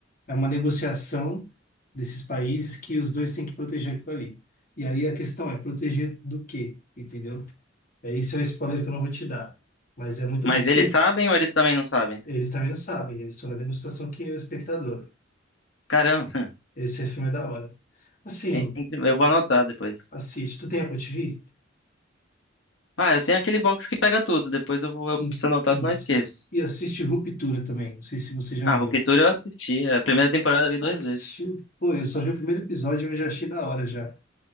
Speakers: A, on the left; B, on the left.
A: é uma negociação desses países que os dois têm que proteger aquilo ali. E aí a questão é proteger do quê, entendeu? É, Esse é o spoiler que eu não vou te dar, mas é muito
B: Mas
A: bom. Tu
B: eles
A: tem,
B: sabem ou eles também não sabem?
A: eles também não sabem, eles estão na mesma situação que o espectador.
B: Caramba,
A: Esse filme é da hora. Assim,
B: <laughs> Entre- eu vou anotar depois.
A: assiste. Tu tem Apple TV?
B: Ah,
A: S-
B: eu tenho aquele box que pega tudo. Depois eu vou, eu
A: em-
B: preciso anotar,
A: Isso.
B: senão eu esqueço.
A: E assiste Ruptura também. Não sei se você já
B: Ah,
A: viu.
B: Ruptura eu assisti. A primeira temporada eu vi duas
A: Ah, tu
B: vezes.
A: assistiu? Pô, eu só vi o primeiro episódio e eu já achei da hora já.